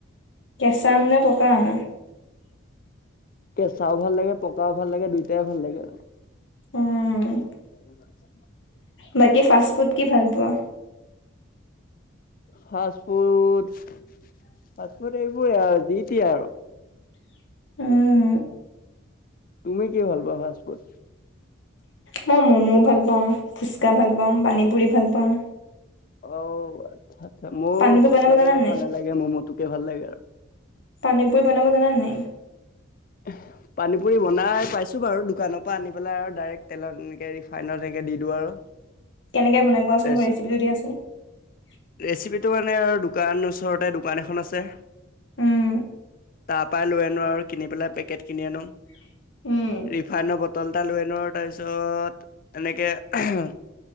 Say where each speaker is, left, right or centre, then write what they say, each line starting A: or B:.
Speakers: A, on the left; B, on the left.
A: কেঁচা আম নে পকা আম?
B: কেঁচাও ভাল লাগে পকাও ভাল লাগে দুইটাই ভাল লাগে।
A: উমঁ!
B: <inaudible>
A: বাকী ফাষ্ট ফুড কি ভাল পোৱা।
B: ফাষ্টফুড- ফাষ্টফুড এইবোৰে আও যি টিয়ে আও।
A: উম,
B: তুমি কি ভাল পোৱা ফাষ্ট ফুড।
A: মই ম'মো ভাল পাওঁ ফুচকা ভাল পাওঁ পানী পুৰি ভাল পাওঁ।
B: অঁ আচ্ছা আচ্ছা মোৰ
A: পানীপুৰি
B: ফুচকাটো
A: বনাব জানা
B: ইমান
A: নাই?
B: ভাল নালাগে মোৰ মমটোকে ভাল লাগে আৰু।
A: পানী পুৰি বনাব জান নাই।
B: এহে! পানী পুৰি বনাই পাইছোঁ বাৰু দোকানৰ পৰা আনি পেলাই আৰু ডাইৰেক্ট তেলত এনেকৈ ৰিফাইনত এনেকৈ দি দিওঁ আৰু।
A: কেনেকৈ বনাই পোৱাচোন
B: তাৰপিছত
A: মোৰ ৰেচিপটো দিয়াচোন।
B: ৰেচিপিটো মানে আৰু দোকান ওচৰতে দোকান এখন আছে।
A: উম,
B: তাৰ পৰাৰাই লৈ আনো আৰু কিনি পেলাই পেকেট কিনি আনো।
A: উম।
B: ৰিফাইনৰ বটল এটা লৈ আনো তাৰপিছত এনেকে এহে।